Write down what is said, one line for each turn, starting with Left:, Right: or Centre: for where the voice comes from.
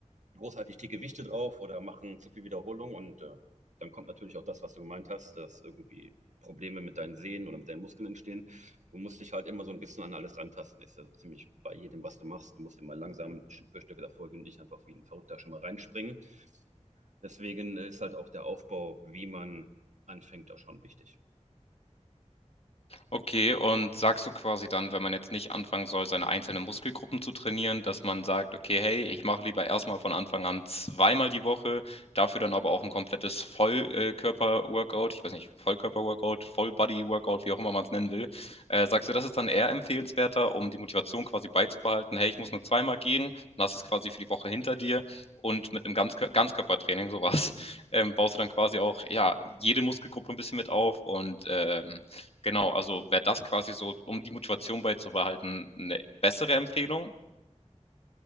Right: großartig die Gewichte drauf oder machen zu viel Wiederholung und äh, dann kommt natürlich auch das, was du gemeint hast, dass irgendwie Probleme mit deinen Sehnen oder mit deinen Muskeln entstehen. Du musst dich halt immer so ein bisschen an alles rantasten. Ist ja so ziemlich bei jedem, was du machst. Du musst immer langsam Stück für Stück davor gehen, nicht einfach wie ein Verrückter schon mal reinspringen. Deswegen äh, ist halt auch der Aufbau, wie man anfängt, auch schon wichtig.
Left: Okay, und sagst du quasi dann, wenn man jetzt nicht anfangen soll, seine einzelnen Muskelgruppen zu trainieren, dass man sagt, okay, hey, ich mache lieber erstmal von Anfang an zweimal die Woche, dafür dann aber auch ein komplettes Vollkörper-Workout, ich weiß nicht, Vollkörper-Workout, Vollbody-Workout, wie auch immer man es nennen will. Äh, sagst du, das ist dann eher empfehlenswerter, um die Motivation quasi beizubehalten, hey, ich muss nur zweimal gehen, dann hast du es quasi für die Woche hinter dir und mit einem Ganzkör Ganzkörpertraining, sowas, <laughs> ähm, baust du dann quasi auch, ja, jede Muskelgruppe ein bisschen mit auf und ähm, Genau, also wäre das quasi so, um die Motivation beizubehalten, eine bessere Empfehlung.